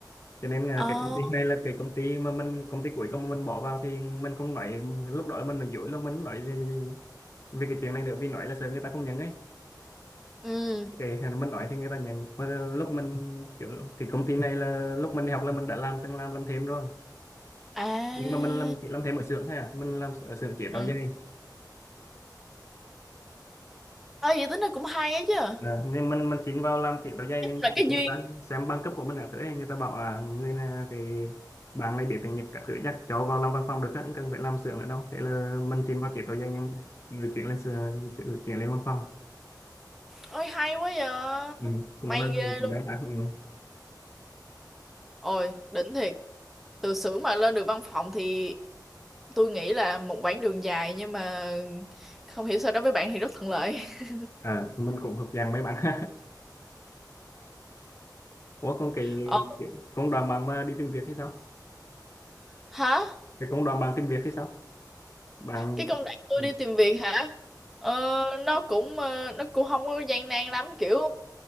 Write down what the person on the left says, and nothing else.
cho nên à,
cái công ty này là cái công ty mà mình công ty cuối cùng mình bỏ vào thì mình không nói lúc đó mình là dối lúc mình nói về, về cái chuyện này nữa vì nói là sợ người ta không nhận ấy
cái mình nói thì người ta nhận mà lúc mình kiểu cái công ty này là lúc mình đi học là mình đã làm từng làm làm thêm rồi
nhưng mà mình làm chỉ làm thêm ở xưởng thôi à mình làm ở xưởng chế
tạo giày
Đấy, nên mình mình xin vào làm tiếp áo dây
nhưng
mà kiểu
như
đang xem bằng cấp của mình các thứ ấy, người ta bảo à người này cái bạn này biết tiếng Nhật các thứ chắc cháu vào làm văn phòng được á, không cần phải làm xưởng nữa đâu thế là mình xin vào tiếp áo dây nhưng người chuyển lên xưởng được chuyển lên văn phòng
ừ, cũng
là
mấy
bạn ừ.
à, mình cũng hợp dạng mấy bạn <laughs> ủa còn cái,
cái công đoàn bạn mà đi tìm việc hay sao
cái công đoàn bạn tìm việc hay sao bạn
ừ.